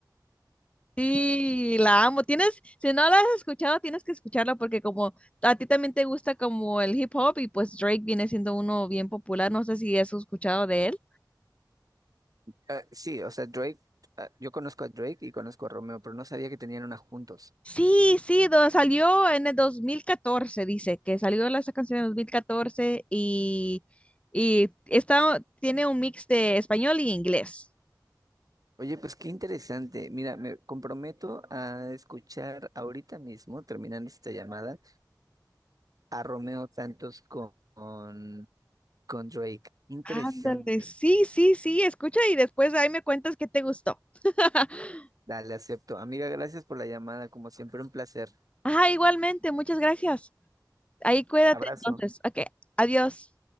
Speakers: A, on the left (about 15°); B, on the right (about 55°).
A: Sí, la amo. Tienes, si no la has escuchado, tienes que escucharla porque como a ti también te gusta como el hip hop y pues Drake viene siendo uno bien popular. No sé si has escuchado de él.
B: Ah, sí, o sea, Drake, ah, yo conozco a Drake y conozco a Romeo, pero no sabía que tenían una juntos.
A: Sí, sí, do- salió en el 2014. dice, que salió la- esa canción en el 2014 y, y está, tiene un mix de español y inglés.
B: Oye, pues qué interesante. Mira, me comprometo a escuchar ahorita mismo, terminando esta llamada, a Romeo Santos con, con, con Drake. Interesante.
A: Ándale, sí, sí, sí, escucha y después ahí me cuentas qué te gustó. <laughs>
B: Dale, acepto. Amiga, gracias por la llamada, como siempre, un placer.
A: Ah, igualmente, muchas gracias. Ahí cuídate
B: Abrazo.
A: entonces. Ok, adiós.